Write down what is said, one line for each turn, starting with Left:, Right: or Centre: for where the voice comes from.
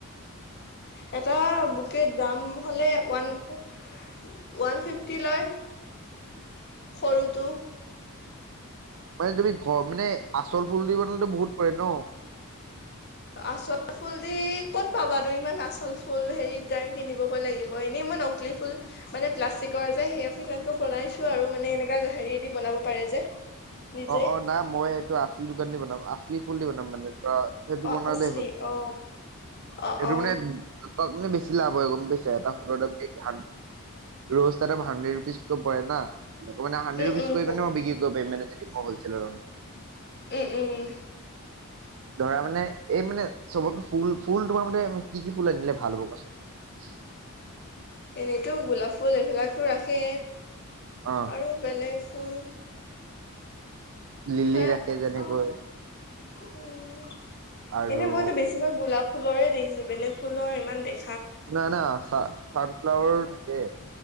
Left: এটা বুকে দাম হ'লে ওৱান ওৱান ফিফটি লয়। সৰুটো।
Right: মানে তুমি ঘ মানে আচল ফুল দি বনালো বহুত পৰে ন।
Left: আচল ফুল দি ক'ত পাবা আৰু ইমান আচল ফুল হেৰি কিনিবগৈ লাগিব এনে মই নকলি ফুল মানে প্লাষ্টিকৰ যে সেই <unintelligible> বনাইছো আৰু মানে এনেকা হেৰি দি বনাব পাৰে যে। নিজে
Right: অ', অ' নাই মই এইটো আচলি দোকান দি বনাম আচলি ফুল দি বনাম মানে। সেইটো
Left: অ
Right: বনালেই
Left: আচলি
Right: হ'ল।
Left: অ অ
Right: সেইটো
Left: অ
Right: মানে তাত মানে বেছি লাভ হয় গম পাইছা এটা ফুলৰ <unintelligible> ৰ'জ এটা দাম হাণ্ড্ৰেড ৰুপিজ কে পৰে না মই মানে হাণ্ডেড
Left: উম
Right: ৰুপিজ
Left: উম
Right: কৰি
Left: প
Right: পিনে মই বিক্ৰী কৰিব পাৰি মে যদি মই হলছেল
Left: উম, উম।
Right: ধৰা মানে এই মানে চবক ফুল ফুল তোমাৰ মতে কি কি ফুল আনিলে ভাল হ'ব কোৱাচোন। <unintelligible>
Left: এনেতো গোলাপ ফুল এইবিলাকতো ৰাখে
Right: অ
Left: আৰু বেলেগ ফুল
Right: <unintelligible>
Left: ধৰা অ উম,
Right: আৰু
Left: এনে মইতো বেছিভাগ গোলাপ ফুলৰে দেখিছো বেলেগ ফুলৰ ইমান দেখ
Right: ন না চানফ্লাৱাৰ থাকে